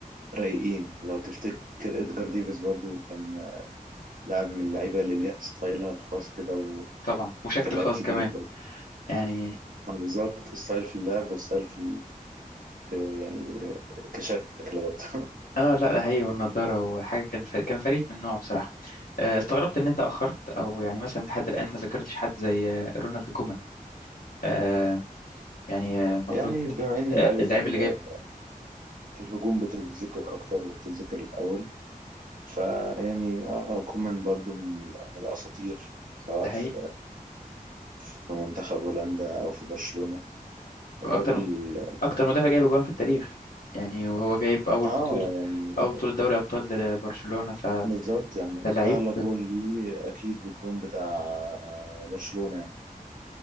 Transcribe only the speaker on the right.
رايقين لو تفتكر ادجار ديفيز برضو كان لاعب من اللعيبه اللي ليها ستايلها الخاص كده وكان
لاعب
كبير
برضو
آه، بالظبط ستايل في اللعب وستايل في آه، يعني آه، كشكل برضه <laughs>
يعني بما ان
لعيبه
ال-
الهجوم بتتذكر اكتر وبتتذكر الاول فيعني اه كومان برضو من من الاساطير سواء
في في منتخب هولندا او في برشلونه الراجل
اه
يعني
بالظبط يعني
اغلى جول ليه اكيد الجون بتاع برشلونه يعني